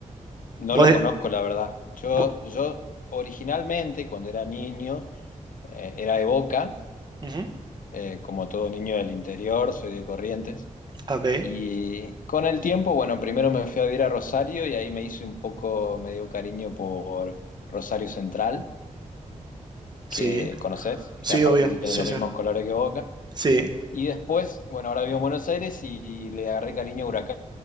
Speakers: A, on the left (about 85°); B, on the right (about 30°).
A: No
B: Vos
A: lo
B: de-
A: conozco, la verdad. Yo,
B: vo-
A: yo originalmente, cuando era niño, eh, era de Boca,
B: Ujú,
A: eh, como todo niño del interior, soy de Corrientes.
B: ok.
A: Y con el tiempo, bueno, primero me fui a vivir a Rosario y ahí me hice un poco, me dio cariño por Rosario Central,
B: Sí,
A: que conoces,
B: sí,
A: que aparte
B: obvio.
A: tiene
B: Sí,
A: los
B: sí.
A: mismos colores que Boca.
B: Sí.
A: Y después, bueno, ahora vivo en Buenos Aires y, y le agarré cariño a Huracán.